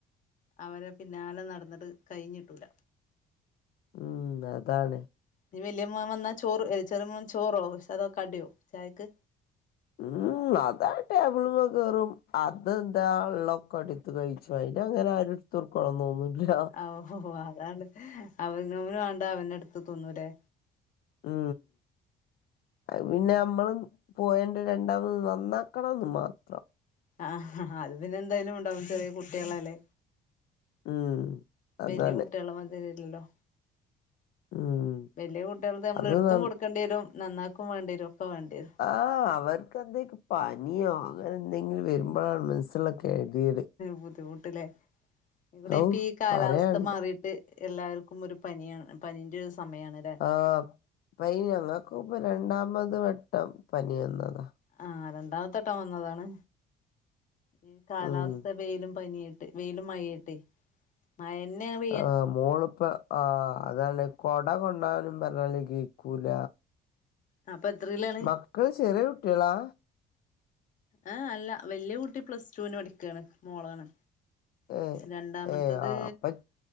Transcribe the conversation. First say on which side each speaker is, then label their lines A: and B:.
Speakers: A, on the left; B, on the left.
A: അവരെ പിന്നാലെ നടന്നിട്ട് കഴിഞ്ഞിട്ടുല്ല.
B: ഉം അതാണ്
A: ഇനിവലിയ മോൻ വന്നാൽ ചോറ് ചെറിയമോൻ ചോറോ അതൊക്കെകടിയോ ചായക്ക്.
B: മ്മ് അതാ ടേബിൾമെ കേറും അതെന്താ ഉള്ള ഒക്കെടി. അത്ത് കഴിച്ചു അതിനെ ആരും എടുത്തു കൊടുക്കണം ഒന്നുമില്ല
A: ഓഓ അതാണ് അവനോനും വണ്ട അവനെടുത്ത് തിന്നുല്ലേ
B: മ്മ്
A: ഉം
B: പിന്നെ നമ്മള് പോയണ്ട് രണ്ടാമത് നന്നാക്കണംന്ന് മാത്രം.
A: ആ അത് പിന്നെ എന്തായാലും ഉണ്ടാവും ചെറിയ കു.. കുട്ടികളല്ലേ
B: ഉം അതാണ്
A: വലിയ കുട്ടികള മാതിരില്ലല്ലോ.
B: ഉം
A: വലിയ കുട്ടികൾ നമ്മൾ
B: അത്
A: എടുത്തും
B: നന്ന
A: കൊടുക്കേണ്ടി വരും നന്നാക്കും വേണ്ടി വരും ഒക്കെ വേണ്ടിരും.
B: ആ് അവർക്ക്എന്തേലും പനിയോ അങ്ങനെ എന്തെങ്കിലും വരുമ്പോഴാണ് മനസ്സില ഗതികേട്
A: ബുദ്ധിമുട്ടില്ലേ ഇവിടെ
B: ഔ
A: ഇപ്പ ഈ കാലാവസ്ഥ
B: പറയാണ്ട്
A: മാറിയിട്ട്. എല്ലാവർക്കും ഒരു പനിയാണ് പനീന്റെ സമയമാണ്.
B: ആ് പൈ ഞങ്ങൾക്ക് ഇപ്പ രണ്ടാമത് വട്ടം പനി വന്നതാ..
A: ആഹ രണ്ടാമത്തെട്ടം വന്നതാണ് ഈ കാലാവസ്ഥ
B: ഉം
A: വെയിലും പനി വെയിലും മഴട്ടെ മഴ തന്നെണ്
B: ആഹ മോളിപ്പ ആഹ അതല്ല കൊട കൊണ്ടാനും പറഞ്ഞാല് കേക്കൂല
A: അപ്പൊ എത്രയിലാണ്
B: മക്കള് ചെറിയ കുട്ടികളാ
A: ആഹ അല്ല വല്യ കുട്ടി പ്ലസ് ടുവിന് പഠിക്കയാണ് മോളാണ്
B: ഏ
A: രണ്ടാമത്തത്
B: ഏ ആ അപ്പൊ